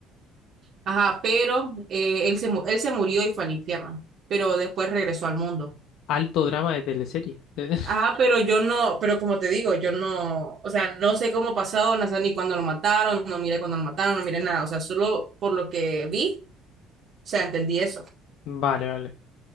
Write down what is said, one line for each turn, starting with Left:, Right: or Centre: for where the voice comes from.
Right: Ajá, pero eh, él se, mu- él se murió y fue al infierno, pero después regresó al mundo.
Left: Alto drama de teleserie. <laughs>
Right: Ajá, pero yo no, pero como te digo, yo no, o sea, no sé cómo pasó, no sé ni cuándo lo mataron, no miré cuándo lo mataron, no miré nada, o sea, solo por lo que vi, o sea, entendí eso.
Left: Vale, vale.